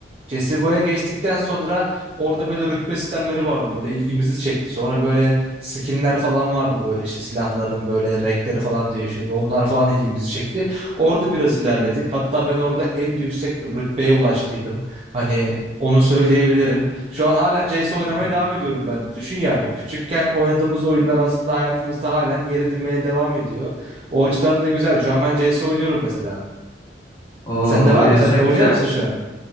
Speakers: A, on the right; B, on the left.
A: CSGO'ya geçtikten sonra orada böyle rütbe sistemleri vardı böyle ilgimizi çekti. Sonra böyle skinler falan vardı böyle işte silahların böyle renkleri falan değişiyordu. Onlar falan ilgimizi çekti. Orada biraz ilerledik. Hatta ben orada en yüksek rütbeye ulaştıydım. Hani onu söyleyebilirim. Şu an halen CS oynamaya
B: Hı.
A: devam ediyorum ben de. Düşün yani küçükken oynadığımız oyunlar aslında hayatımızda halen yer edinmeye devam ediyor. O açıdan da güzel. Şu an ben CS oynuyorum mesela.
B: Oo,
A: Sende
B: oynuyorsan
A: var mı? Sen de oynuyor
B: güzel.
A: musun şu an?